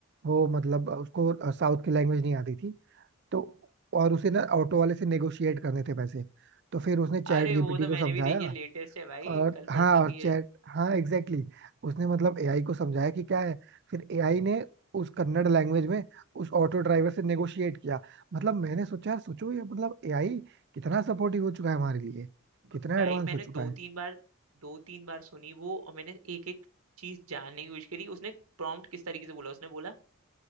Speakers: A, on the right; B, on the right.
A: वो मतलब उसको साउथ की लैंग्वेज नहीं आती थी तो और उसे ना ऑटो वाले से नेगोशिएट करने थे पैसे तो फिर उसने चैट
B: अरे
A: जीपीटी
B: वो तो
A: को
B: मैंने
A: समझाया
B: भी देखी है लेटेस्ट है भाई
A: और
B: कल
A: हाँ
B: परसों
A: और
B: की है
A: चैट हाँ एग्जैक्टली exactly, उसने मतलब एआई को समझाया कि क्या है फिर एआई ने उस कन्नड़ लैंग्वेज में उस ऑटो ड्राइवर से नेगोशिएट किया मतलब मैंने सोचा यार सोचो ये मतलब एआई कितना सपोर्टिव हो चुका है हमारे लिए
B: ब-
A: कितना
B: भाई
A: एडवांस
B: मैंने
A: हो चुका
B: दो
A: है
B: तीन बार दो तीन बार सुनी वो और मैंने एक एक चीज जानने की कोशिश करी उसने प्रॉम्प्ट किस तरीके से बोला उसने बोला